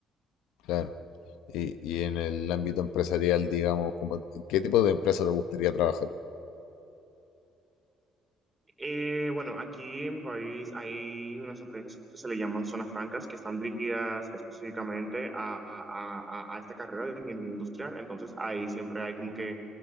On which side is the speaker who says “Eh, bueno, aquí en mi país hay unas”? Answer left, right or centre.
Right